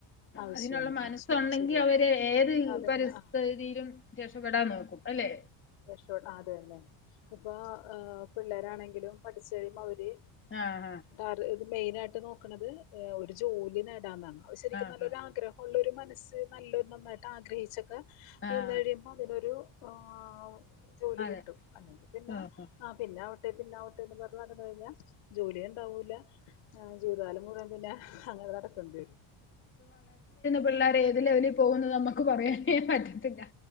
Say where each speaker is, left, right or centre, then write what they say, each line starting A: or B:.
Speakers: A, on the left; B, on the left.
A: ആവശ്യമാണ്
B: അതിനൊള്ള മനസ്സാെണ്ടെങ്കി
A: ആവശ്യമാണ് ശരിയാണ്
B: അവര് ഏത്
A: അതന്നെ
B: പര്സ്ഥിതിയിലും
A: ആ
B: രക്ഷപ്പെടാൻ നോക്കും അല്ലേ
A: രക്ഷപ്പെട് ആഹ് അത് തന്നെ ഇപ്പാേ ഏഹ് പിള്ളേരാണെങ്കിലും പഠിച്ച് കഴിയുമ്പാെ അവര്
B: ആഹ് ആഹ്
A: അവര് ഇത് മെയ്നായ്ട്ട് നോക്ക്ണത് ഏത് ഒരു ജോലി നേടാന്നാണ് അത് ശെരിക്കും
B: ആഹ്
A: നല്ലൊരു
B: ആഹ്
A: ആഗ്ര ഉള്ളൊരു മനസ്സ് നല്ലൊരു നന്നായ്ട്ട് ആഗ്രഹിച്ചൊക്കാ
B: ആഹ്
A: നിന്ന് കഴിയ്മ്പം തിനൊരു ആഹ് ആഹ് ജോലി
B: അതെ
A: കിട്ടും അല്ലെങ്കി പിന്നാ
B: ആഹ്
A: അഹ് പിന്നാവട്ടെ പിന്നാവട്ടേന്ന് പർഞ്ഞ് നടന്ന് കഴിഞ്ഞാ ജോലീണ്ടാവൂലാ ആഹ് ജീവിതകാലം മുഴുവൻ പിന്നാ അങ്ങനെ നടക്കണ്ടി വെരും
B: പിള്ളാര് ഏത് ലെവലി പോകൂന്ന് നമ്ക്ക് പറയാനേ പറ്റത്തില്ലാ